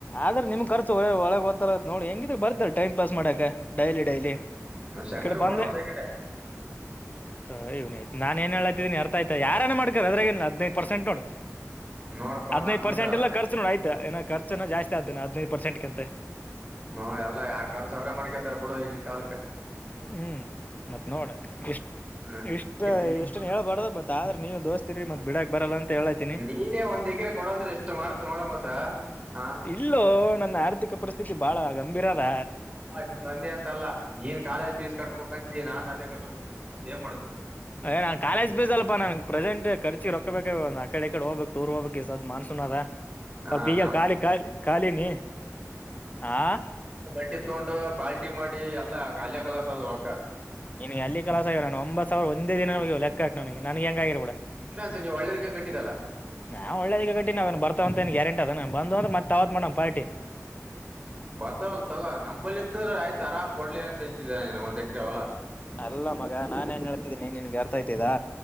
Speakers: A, on the left; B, on the right.
A: ಆದ್ರೆ ನಿಮ್ ಖರ್ಚು ಒಳಗ್ ದ್ದ ನೋಡಿ ಹೆಂಗಿದ್ರ ಬರ್ತ ಟೈಮ್ ಪಾಸ್ ಮಾಡಾಕ ಡೈಲಿ ಡೈಲಿ
B: ಶಮೀರ್
A: ಇಕಡೆ ಬಂದ
B: ಕೂಡ ಒಂದ್ <inaudible>
A: ಹವನಯ್ ನಾನ್ ನ್ ಹೇಳಾತೀ ಅರ್ಥ ಆಯ್ತ ಯಾರನ ಮಾಡಕಾರೆ ಅದ್ರ ಏ ಹದಿನೈದು ಪಸಂಟ್ ನೋಡು
B: ನೋಡಪಾ
A: ಹದ
B: ನಮ್ಗಂದ್ರ
A: ನೈದು ಪರ್ಸೆಂಟ್
B: ಅದ್
A: ಎಲ್ಲರ ನೋಡ ಆ್ತಏ ರ್ಚನ ಜಸ್ತಿ ಆದೇೆ ಹದ ನೈದು ಪರ್ಸೆಂಟ್ ಕಿಂತ
B: ನೋಡಿ ಎಲ್ಲ ಯಾರ್ ಕಾರ್ಸ ಅವ್ರೇ ಮಾಡ್ಕತ ಬಿಡು ಈಗಿನ ಕಾಲಕ್ಕೆ
A: ಹ್ಮ್ ಮತ್ ನೋಡ ಇಷ್ಟ
B: ಹ್ಮ್
A: ಇಷ್ಟ
B: ಎಣ್ಣೆ
A: ಎಷ್ಟನ್ ಹೇಳಬಾರ್ದ ಬರ್ ಆದ್ರ ನೀವು ದೋಸ್ತತಿರಿ ಮತ್ ಬಿಡಕ್ ಬರಲ್ಲ ಅಂತ ಹೇಳಾತಿನಿ
B: ನೀನೇ ಒಂದ್ ಎಕ್ರೆ ಕೊಡ ಅಂದ್ರೆ ಎಷ್ಟ್ ಮಾಡ್ತು ನೋಡ ಮತ್ತ ಹಾ
A: ಇಲ್ಲೋ ನನ್ನ ಆರ್ಥಿಕ ಪರಿಸ್ಥಿತಿ ಬಾಳ ಗಂಭೀರ ಅದ
B: ಆ ನಿಮ್ ಒಂದೆ ಅಂತಲ್ಲ ನೀನ್ ಕಾಲೇಜ್ ಫೀಸ್ ಕಟ್ಬೇಕ ಅಂತಿ ನಾನ್ ಅದೇ ಕಟ್ಬೇಕು ಮತ್ತತ್ ಏನ್ ಮಾಡ್ತ
A: ಏ ನಾನ್ ಕಾಲೇಜ್ ಬಸಲ್ ನನ್ಗೆ ಪ್ರಸೆಂಟ್ ರ್ಚಿ ರೊಬೇಕ ಒಂದು ಕಡೆ ಹೋಗಬೇಕುಟೂರ್ ಹೋಗ್ಬೇಕು <unintelligible> ಇಗ ಸಧ ಮಾನ್ಸೂನ ಆದದ
B: ಹಾ
A: ಪಈಗ
B: ನಮ್
A: ಖಾಲಿ ಖಾಲಿ ಖಾಲಿನಿ ಆ
B: ಟ್ಟಿ ತೊಂಡ್ ಪಾಲ್ಟಿ ಮಾಡಿ ಎಲ್ಲಾ ಕ್ಯ ಕಲಸ ಅದ ರೊಕ್ಕ
A: ನಿನಗೆ ಅಲ್ಲಿ ಕೆಲಸ ಆಗರ ನು ಒಂಬತ್ ಸಾವಿರ ಒಂದ ದಿನ ನ ಲೆಕ್ಕಾಕ್ ನನಗೆ ನನ್ಗೆ ಹೆಂಗಾಗಿರರು ಕೂಡ
B: ಇನ್ಸ ನೀವು ಒಳ್ಳೇದಕ್ಕೆ ಕಟ್ಟಿದ್ದಲ್ಲಾ
A: ನಾ ಒಳ್ಳೇದ ಈಗ ಗಟ್ಟ ನಾವ ನ್ ಬರ್ತವಂತಏನ್ ಗ್ಯಂಟ ಅದ ನ ಬಂದ್ರತ್ತ್ತ ತಾವತ್ ಮಾಡೋವ ಪಾರಿ
B: ಬರ್ತಾವಲ್ಲ ತಗೋ ನಂಬಲ್ಲಿತ್ ಆದ್ರ ಆರಾಮ್ ಕೊಡ್ಲಿ ಅಂತ ಅಂತಿದನೆ ನನ್ಗ ಒಂದೆಕಡೆ ಅವಲ್ಲಾ
A: ಅಲ್ಲ ಮಗ ನಾನೇಏನ್ ಹೇಳ್ತಿದ್ದೀನಿ ನಿನ್ಗೆ ಅರ್ಥ ಆಯತಿದಾ